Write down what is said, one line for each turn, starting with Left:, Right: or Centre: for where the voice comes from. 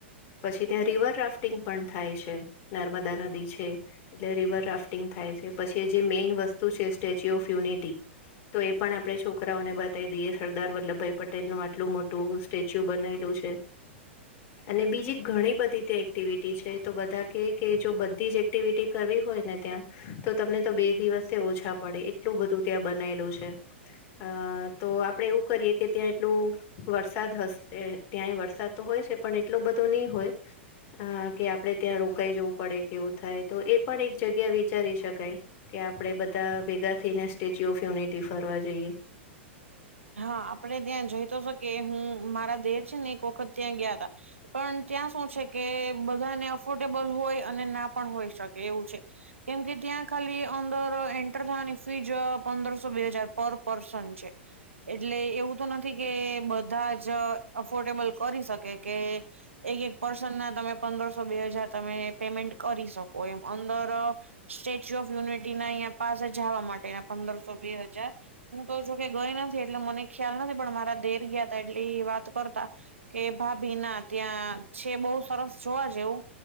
Left: પછી ત્યાં રિવર રાફ્ટિંગ પણ થાય છે નર્મદા નદી છે. એટલે રિવર રાફ્ટિંગ થાય છે પછી જે મેઈન વસ્તુ છે સ્ટેચ્યુ ઓફ યુનિટી તો એ પણ આપણે છોકરાઓને બતાવી દઈએ સરદાર વલ્લભભાઈ પટેલનું આટલું મોટું સ્ટેચ્યુ બનેલું છે. અને બીજી ઘણી બધી તે એક્ટિવિટી છે તો બધા કે કે જો બધી જ એક્ટિવિટી કરવી હોય ને ત્યાં તો તમને તો બે દિવસ ઓછા પડે એટલું બધું ત્યાં બનાયલું છે અ તો આપડે એવું કરીએ કે ત્યાં એટલું વરસાદ હશે ત્યાંય વરસાદ તો હોય છે પણ એટલો બધો નહી હોય. અ કે આપડે ત્યાં રોકાઈ જવું પડે કેવું થાય તો એ પણ એક જગ્યા વિચારી શકાય. કે આપડે બધા ભેગા થઈ ને સ્ટેચ્યુ ઓફ યુનિટી ફરવા જઈએ.
Right: હા આપડે ત્યાં જઈતો શકે હું મારા દેર છે ને એક વખત ત્યાં ગ્યાતા. પણ ત્યાં શું છે કે બધાને અફોર્ડેબલ હોય અને ના પણ હોય શકે એવું છે. કેમ કે ત્યાં ખાલી અંદર એન્ટર થવાની ફીઝ પંદરસો બે હજાર પર પર્સન છે. એટલે એવું તો નથી કે બધા જ અફોર્ડેબલ કરી શકે કે એક એક પર્સન ના તમે પંદરસો બે હજાર તમે પેમેન્ટ કરી શકો એમ અંદર સ્ટેચ્યુ ઓફ યુનિટી ના અહયા પાસે જવા માટેના પંદરસો બે હજાર હું તો જો કે ગઈ નથી એટલે મને ખ્યાલ નથી પણ મારા દેર ગયા ત એટલે વાત કરતા કે ભાભીના ત્યાં છે બહુ સરસ જોવા જેવું